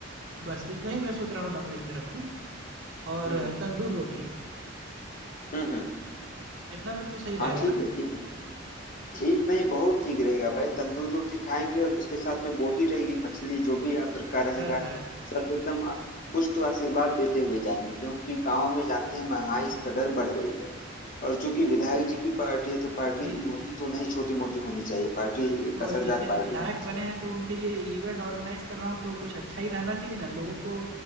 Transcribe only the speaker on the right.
बस इतना ही मैं सोच रहा हूँ नॉनवेज में रखूँ और
तंदूर रोटी
इतना में तो सही रहेगा
ना
है है
जी जी
वो
वो
जीते
विधायक
बने
हैं तो उनके लिए इवेंट ऑर्गेनाइज कर रहा हूँ तो कुछ अच्छा ही रहना चाहिए ना लोगों को